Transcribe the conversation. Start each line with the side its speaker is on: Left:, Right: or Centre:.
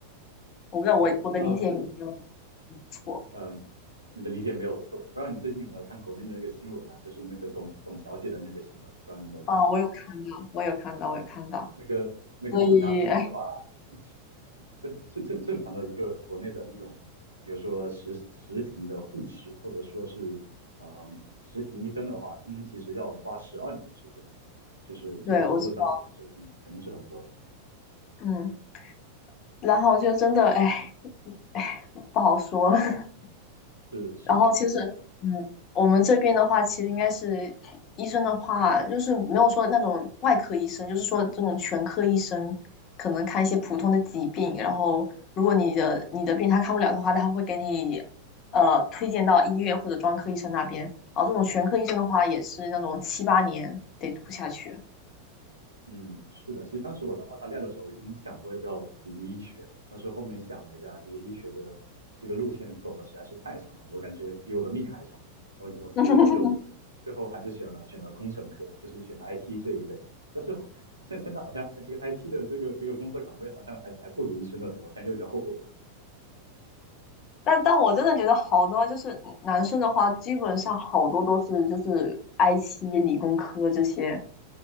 Left: 我不知道我我的理解有没有
Right: 是的，不知道
Left: 错
Right: 呃，你的理解没有错。不知道你最近有没有看国内的那个新闻啊，就是那个董董小姐的那个新闻，不知道你有没有看过
Left: 啊？我有看到，我有看到，
Right: 啊？
Left: 我有看到，
Right: 那个那个四加四计划。
Left: 所以哎，
Right: <laughs> 正正正常的一个国内的那种，比如说实实习的护士，或者说是嗯实习医生的话，他们其实要花十二年的时间，就是这个投入的上限是肯肯定是很多的。
Left: 对，我知道，嗯，然后就真的哎哎不好说了，<laughs>
Right: 是是的，
Left: 然后其实，
Right: 是的，
Left: 嗯，我们这边的话，其实应该是医生的话，就是没有说那种外科医生，就是说这种全科医生，可能看一些普通的疾病，然后如果你的你的病他看不了的话，他会给你呃推荐到医院或者专科医生那边。然后这种全科医生的话，也是那种七八年得读下去。
Right: 嗯，是的，其实当时我在澳大利亚的时候已经想过要不要读医学，但是后面想了一下，就是医学的这个路线走的实在是太长了，我感觉比我的命还长，我我所以我就最后还是选了选了工程科，
Left: <laughs>
Right: 就是选了 IT 这一类。但是好现现在好像这个 IT 的这个这个工作岗位好像还还不如医生的多，现在有点后悔了。
Left: 但但我真的觉得好多就是男生的话，基本上好多都是就是 IT、理工科这些。